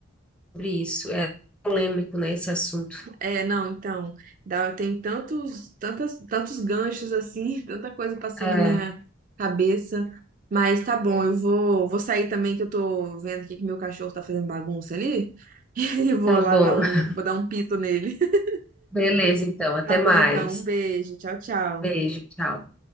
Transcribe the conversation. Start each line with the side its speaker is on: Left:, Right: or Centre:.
Centre: sobre isso. É polêmico, né, esse assunto.
Right: É, não, então, dá, tem tantos, tantas, tantos ganchos assim, <laughs> tanta coisa passando
Centre: É,
Right: na minha cabeça. Mas tá bom, eu vou, vou sair também, que eu tô vendo aqui que meu cachorro tá fazendo bagunça ali. <laughs> E vou
Centre: tá
Right: lá
Centre: bom.
Right: dar um,
Centre: <laughs>
Right: vou dar um pito nele. <laughs>
Centre: Beleza, então. Até
Right: Tá bom,
Centre: mais.
Right: então, um beijo, tchau, tchau.
Centre: Beijo, tchau.